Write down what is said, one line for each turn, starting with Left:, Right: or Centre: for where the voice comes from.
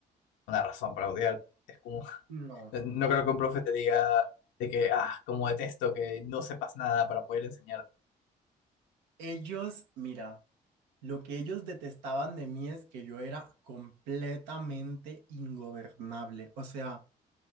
Left: una razón para odiar. Es como
Right: no,
Left: No creo que un profe te diga de que, ah, como detesto que no sepas nada para poder enseñar.
Right: ellos, mira, lo que ellos detestaban de mí es que yo era completamente ingobernable, o sea,